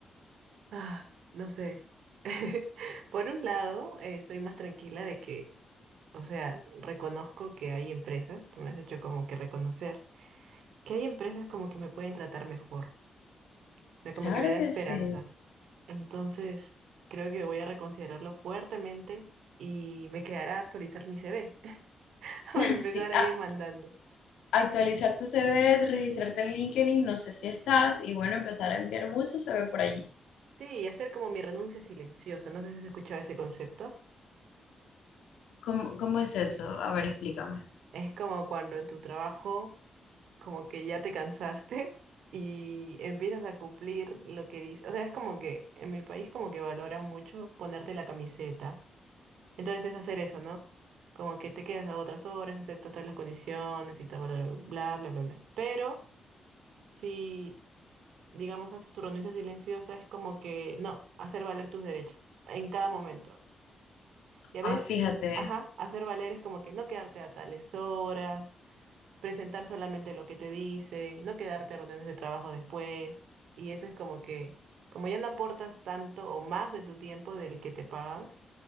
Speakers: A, on the right (about 80°); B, on the left (about 85°).
A: ay no sé. <laughs> Por un lado, eh, estoy más tranquila de que, o sea, reconozco que hay empresas, tú me has hecho como que reconocer, que hay empresas como que me pueden tratar mejor, o sea,
B: Claro
A: como que me da
B: que
A: esperanza.
B: sí.
A: Entonces, creo que voy a reconsiderarlo fuertemente y me quedará actualizar mi CV <laughs> para
B: <laughs>
A: empezar
B: Sí,
A: a
B: a-
A: ir mandando.
B: actualizar tu CV, registrarte en LinkedIn, no sé si estás, y bueno, empezar a enviar mucho CV por allí.
A: Sí, y hacer como mi renuncia silenciosa, no sé si has escuchado ese concepto.
B: ¿Cómo, cómo es eso? A ver, explícame.
A: Es como cuando en tu trabajo como que ya te cansaste <laughs> y empiezas a cumplir lo que dice. O sea, es como que en mi país como que valoran mucho ponerte la camiseta. Entonces es hacer eso, ¿no? Como que te quedas a otras horas, aceptas todas las condiciones y tal, bla, bla, bla, bla, bla. Pero si, digamos, haces tu renuncia silenciosa, es como que, no, hacer valer tus derechos en cada momento. Y a
B: Ah,
A: veces,
B: fíjate.
A: ajá, hacer valer es como que no quedarte a tales horas presentar solamente lo que te dicen, no quedarte a reuniones de trabajo después. Y eso es como que, como ya no aportas tanto o más de tu tiempo del que te pagan,